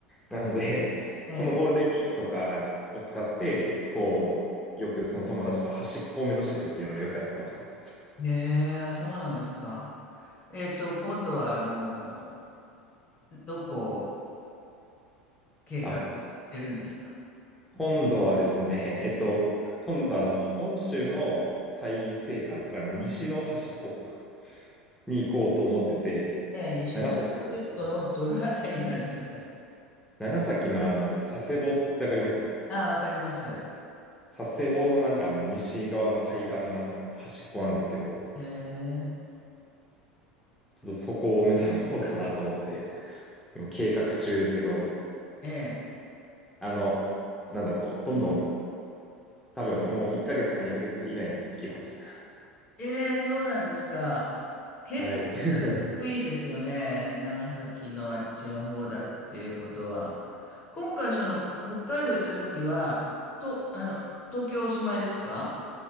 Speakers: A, in the centre; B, on the left (about 30°).
A: なので、
B: ええ
A: このゴールデンウィークとかを使って、こう、よくその友達と端っこを目指したりっていうのをよくやってますね。
B: えあ、そうなんですか。えっと、今度は、あの、どこを計画してるんですか
A: あ、今度はですね、えっと、今度あの、本州の最西端、だからまあ西の端っこ。に行こうと思ってて、
B: ええ、西の端ホテルとのどのあたりになるんですか
A: 長崎なんです。長崎のあの、佐世保ってわかりますかね
B: ああ、わかります。
A: 佐世保のなんかあの、西側の海岸が端っこなんですけど、
B: ええ、
A: ちょっとそこを目指そうかなと思って、今計画中ですけど、
B: ええ、
A: あの、なんだろう、こう、どんどん、多分もう1ヶ月か2ヶ月以内に行きます。
B: ええ、そうなんですか。
A: <laughs>
B: 結
A: はい。<laughs>
B: 構いいですよね。長崎のあっちの方だっていうことは。今回、その、北海道行った時は、と、あの、東京お住まいですか